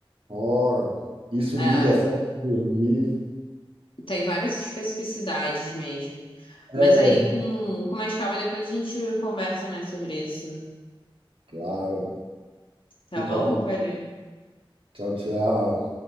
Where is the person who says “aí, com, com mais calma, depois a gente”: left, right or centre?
Left